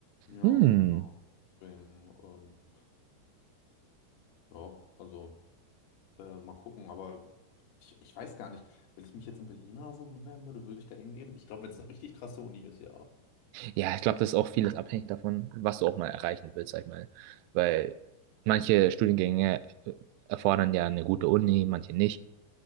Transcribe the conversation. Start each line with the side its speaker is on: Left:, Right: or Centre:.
Left: Ja,
Right: Hm.
Left: genau. Deswegen, ähm, ja, also. Äh, mal gucken, aber ich, ich weiß gar nicht, wenn ich mich jetzt in Berlin oder so bewerben würde, würde ich da hingehen? Ich glaube, wenn es eine richtig krasse Uni ist, ja.
Right: Ja, ich glaube, das ist auch vieles abhängig davon, was du auch mal erreichen willst, sag ich mal. Weil manche Studiengänge äh, erfordern ja eine gute Uni, manche nicht.